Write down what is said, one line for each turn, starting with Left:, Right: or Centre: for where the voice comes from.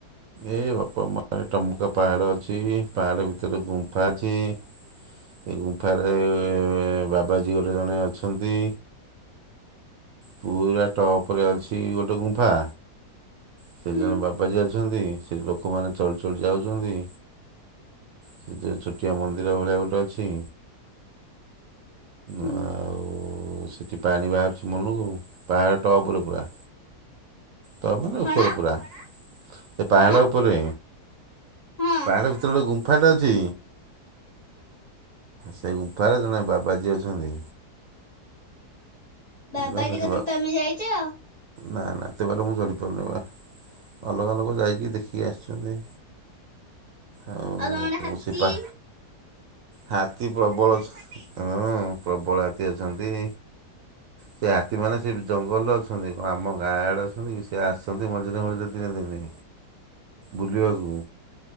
Right: ଏ ବାପ ମ ଟମକା ପାହାଡ଼ ଅଛି ପାହାଡ଼ ଭିତରେ ଗୁମ୍ଫା ଅଛି। ସେଇ ଗୁମ୍ଫାରେ ବାବାଜୀ ବୋଲି ଜଣେ ଅଛନ୍ତି। ପୁରା ଟପ୍ ରେ ଅଛି ଗୋଟେ ଗୁମ୍ଫା। ସେ
Left: ହୁଁ
Right: ଜଣେ ବାବାଜୀ ଅଛନ୍ତି ସେ ଲୋକମାନେ ଚଡ଼ି ଚଡ଼ି ଯାଉଛନ୍ତି। ସେଇଥିରେ ଛୋଟିଆ ମନ୍ଦିର ଭଳିଆ ଗୋଟେ ଅଛି।
Left: ହୁଁ
Right: ଆଉ ସେଠି ପାଣି ବାହାରୁଚି ମନକୁ ପାହାଡ଼ ଟପ୍ ରେ ପୁରା ତମେ
Left: କଣ
Right: ଉପରେ ପୁରା ସେ ପାହାଡ଼
Left: କଣ
Right: ଉପରେ
Left: ହଁ
Right: ପାହାଡ଼ ଭିତରେ ଗୋଟେ ଗୁମ୍ ମ୍ଫା ଟେ ଅଛି ସେଇ ଗୁମ୍ଫାରେ ଜଣେ ବାବାଜୀ ଅଛନ୍ତି।
Left: ବାବାଜୀ
Right: ବାଇନ
Left: କତିକି
Right: ସେଇ ବା
Left: ତମେ ଯାଇଚ?
Right: ନା ନା ସେବାଟେ ମୁଁ ଚଢ଼ିପାରୁନି ବା। ଅଲଗା ଲୋକ ଯାଇକି ଦେଖି ଆସିଛନ୍ତି। ଆଉ
Left: ତମ ଆଡେ ହାତୀ
Right: ସେପା ହାତୀ ପ୍ରବଳ ଅ ହଁ ପ୍ରବଳ ହାତୀ ଅଛନ୍ତି। ସେ ହାତୀମାନେ ସେ ଜଙ୍ଗଲରେ ଅଛନ୍ତି କଣ ଆମ ଗାଁ ଆଡ଼େ ଅଛନ୍ତି କି ସେ ଆସନ୍ତି ମଝିରେ ମଝିରେ ଦିନେ ଦିନେ। ବୁଲିବାକୁ।